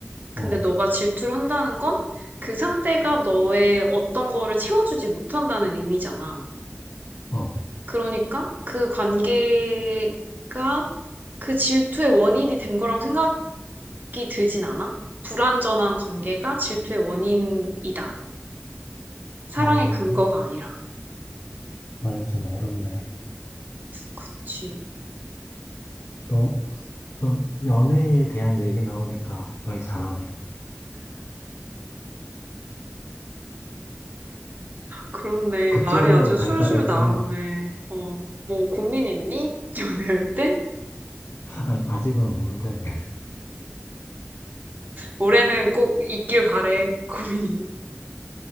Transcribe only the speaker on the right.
근데 너가 질투를 한다는 건 그 상대가 너의 어떤 거를 채워주지 못한다는 의미잖아.
그러니까 그 관계가 그 질투의 원인이 된 거라고 생각 이 들진 않아? 불완전한 관계가 질투의 원인이다. 사랑의
근거가 아니라.
그치.
그렇네.
말이 아주 술술
나오네. 어, 뭐 고민 있니? <laughs> 연애할 때?
올해는 꼭 있길 바래. <laughs> 고민이.